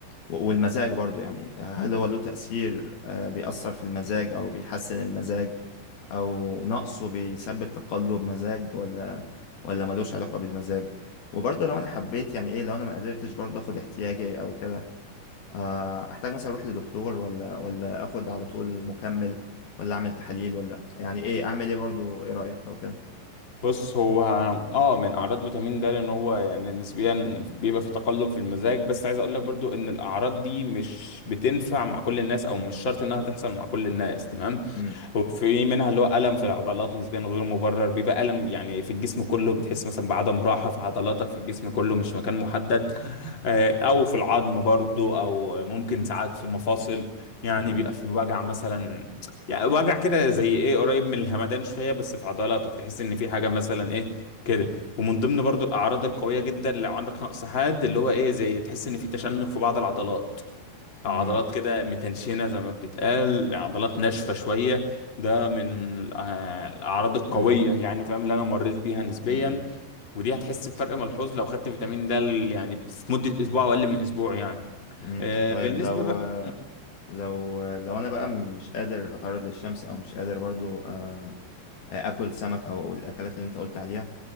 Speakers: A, on the left; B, on the left.
A: و- والمزاج برضو يعني آه، هل هو له تأثير آه، بيأثر في المزاج او بيحسن المزاج او نقصه بيسبب تقلب مزاج ولا ولا ملوش علاقة بالمزاج وبرضه لو انا حبيت يعني ايه لو انا ما قدرتش برضه اخد احتياجي او كده آه، احتاج مثلا اروح لدكتور ولا ولا اخد على طول مكمل ولا اعمل تحاليل ولا يعني ايه اعمل ايه برضو ايه رأيك او كده
B: بص هو اه من اعراض فيتامين د لان هو يعني نسبيا بيبقى في تقلب في المزاج بس عايز اقول لك برضو ان الاعراض دي مش بتنفع مع كل الناس او مش شرط انها تحصل مع كل الناس تمام
A: مم،
B: وفي منها اللي هو الم في العضلات نسبيا غير مبرر بيبقى الم يعني في الجسم كله بتحس مثلا بعدم راحه في عضلاتك في الجسم كله مش مكان محدد آه، او في العظم برضو او ممكن ساعات في مفاصل يعني بيبقى
A: مم،
B: في وجع مثلا يعني وجع كده زي ايه قريب من الهمدان شويه بس في عضلاتك تحس ان في حاجه مثلا ايه كده ومن ضمن برضو الاعراض القويه جدا لو عندك نقص حاد اللي هو ايه زي تحس ان في تشنج في بعض العضلات
A: مم،
B: أو عضلات كده متنشنه زي ما بتتقال عضلات ناشفه شويه ده من الأع- الاعراض القويه
A: مم،
B: يعني فاهم اللي انا مريت بيها نسبيا
A: مم،
B: ودي هتحس بفرق ملحوظ لو خدت فيتامين د ال- يعني في مده اسبوع او اقل من اسبوع يعني
A: مم.
B: آه،
A: طيب
B: بالنسبه
A: لو
B: بقى
A: لو لو انا بقى مش قادر اتعرض للشمس او مش قادر برضو آه، اكل سمك او الاكلات اللي انت قلت عليها